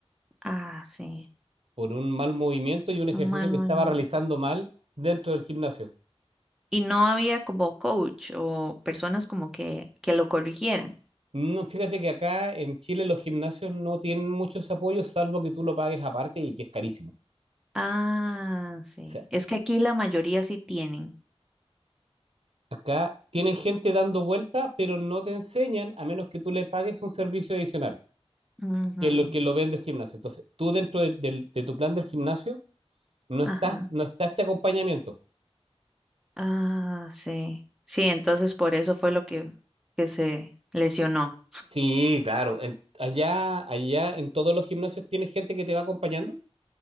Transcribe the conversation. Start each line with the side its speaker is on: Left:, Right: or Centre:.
Centre: Ah, sí.
Right: por un mal movimiento y un ejercicio
Centre: Un mal
Right: que
Centre: movimiento.
Right: estaba realizando mal dentro del gimnasio.
Centre: Y no había como coach o personas como que, que lo corrigieran.
Right: No, fíjate que acá en Chile los gimnasios no tienen muchos apoyos, salvo que tú lo pagues aparte y que es carísimo.
Centre: Ah, sí.
Right: O sea,
Centre: Es que aquí la mayoría sí tienen.
Right: acá tienen gente dando vuelta, pero no te enseñan a menos que tú le pagues un servicio adicional,
Centre: Ujú,
Right: que es lo que lo vende el gimnasio. Entonces, tú dentro de, del- de tu plan del gimnasio no
Centre: Ajá.
Right: estás, no está este acompañamiento.
Centre: Ah, sí. Sí, entonces por eso fue lo que, que se lesionó.
Right: Sí, claro. en- allá, allá en todos los gimnasios tienes gente que te va acompañando.